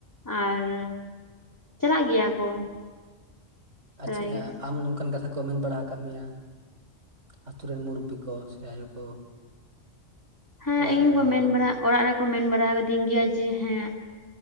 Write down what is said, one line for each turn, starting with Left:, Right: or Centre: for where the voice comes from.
Left: ᱟᱨ ᱪᱟᱞᱟᱜ ᱜᱮᱭᱟ ᱠᱚ ᱯᱨᱟᱭ
Right: ᱟᱪᱪᱷᱟ
Left: ᱜᱮ
Right: ᱟᱢ ᱱᱚᱝᱠᱟᱱ ᱠᱟᱛᱷᱟ ᱢᱮᱱ ᱵᱟᱲᱟ ᱠᱟᱫ ᱟᱠᱟᱫ ᱢᱮᱭᱟ ᱟᱛᱳ ᱨᱮᱱ ᱢᱩᱨᱵᱤ ᱠᱚ ᱥᱮ ᱟᱭᱳ ᱠᱚ
Left: ᱦᱮᱸ
Right: ᱚᱲᱟᱜ
Left: ᱤᱧ
Right: ᱨᱮᱱ
Left: ᱦᱚᱸᱠᱚ
Right: ᱦᱚᱲ
Left: ᱢᱮᱱ
Right: ᱠᱚ?
Left: ᱵᱟᱲᱟ ᱚᱲᱟᱜ ᱨᱮᱠᱚ ᱢᱮᱱ ᱵᱟᱲᱟ ᱟᱠᱟᱫᱤᱧ ᱜᱮᱭᱟ ᱡᱮ ᱦᱮᱸ